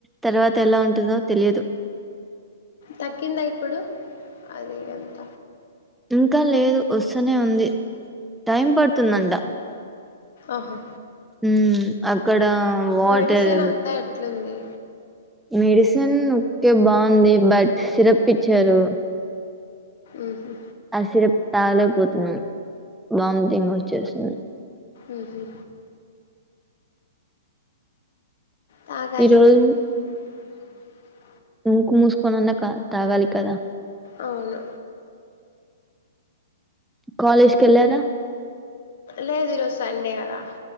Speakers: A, in the centre; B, on the left (about 60°).
A: తర్వాత ఎలా ఉంటుందో తెలిదు
B: తగ్గిందా ఇప్పుడు అది ఎంత
A: ఇంకా లేదు వస్తూనే ఉంది టైమ్ పడుతుందంట
B: ఆహా
A: ఉ అక్కడ వాటర్
B: మెడిసినంతా ఎట్లుంది
A: మెడిసిన్ ఓకే బాగుంది బట్ సిరప్ ఇచ్చారు
B: ఉహు
A: ఆ సిరప్ తాగలేకపోతున్నాం వామిటింగ్ వచ్చేస్తది
B: ఉహు తాగాలి
A: ఈ రోజు
B: <inaudible>
A: ముక్కుమూసుకోనన్న తా తాగాలి కదా
B: అవును
A: కాలేజ్ కి యెళ్ళారా
B: లేదు ఈరోజు సండే కదా